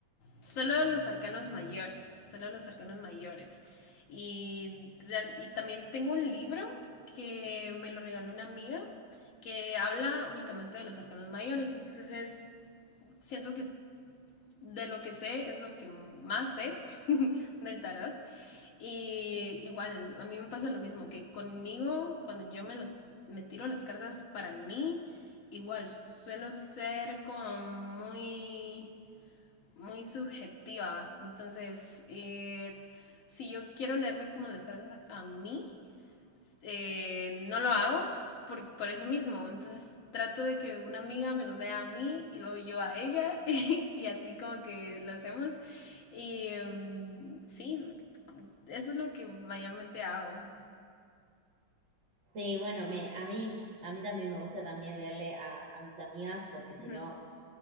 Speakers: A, on the left; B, on the right.
A: Solo los arcanos mayores, solo los arcanos mayores. Y, y también tengo un libro que me lo regaló una amiga que habla únicamente de los arcanos mayores. Entonces, siento que de lo que sé es lo que más sé <laughs> del tarot. Y igual, a mí me pasa lo mismo, que conmigo, cuando yo me, lo, me tiro las cartas para mí, igual suelo ser como muy muy subjetiva. Entonces, eh, si yo quiero leerme como las cartas a mí, eh, no lo hago por, por, eso mismo. Entonces, trato de que una amiga me los lea a mí y luego yo a ella <laughs> y, así como que lo hacemos. Y um, sí, eso es lo que mayormente hago.
B: Sí, bueno, me, a mí, a mí también me gusta también leerle a, a mis amigas porque si
A: Uh -huh.
B: no,